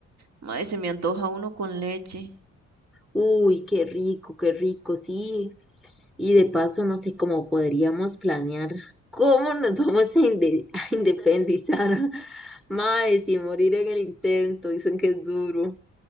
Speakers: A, on the right; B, in the centre.
A: Madre, se me antoja uno con leche.
B: Uy, qué rico, qué rico, sí. Y de paso, no sé cómo podríamos planear cómo nos <laughs> vamos a, inde- <laughs> a independizar. Mae, sin morir en el intento, dicen que es duro.